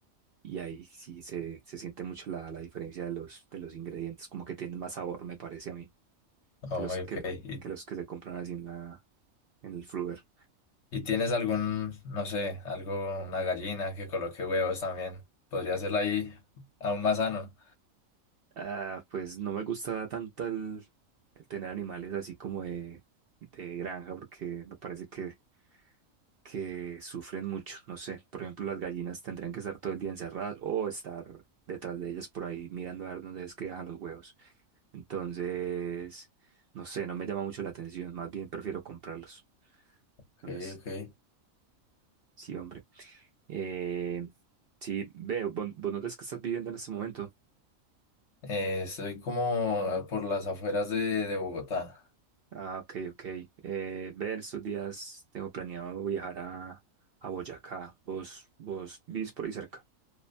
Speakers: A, on the right; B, on the left.
A: y ahí sí se, se siente mucho la, la diferencia de los, de los ingredientes, como que tienen más sabor, me parece a mí,
B: Oh,
A: que los que,
B: ok. ¿Y,
A: que los que se compran así en la, en el Fruver.
B: y tienes algún, no sé, algo, una gallina que coloque huevos también? Podría hacerla ahí aún más sano.
A: Ah, pues no me gusta tanto el, el tener animales así como de, de granja, porque me parece que que sufren mucho. No sé, por ejemplo, las gallinas tendrían que estar todo el día encerradas o estar detrás de ellas por ahí mirando a ver dónde es que dejan los huevos. Entonces, no sé, no me llama mucho la atención. Más bien prefiero comprarlos.
B: Ok,
A: Entonces, sí,
B: ok.
A: sí, hombre. Eh, sí, veo, ¿vos vos dónde es que estás viviendo en este momento?
B: Eh, estoy como por las afueras de, de Bogotá.
A: Ah, ok, ok. Eh, ve, en estos días tengo planeado viajar a, a Boyacá. ¿Vos, vos vivís por ahí cerca?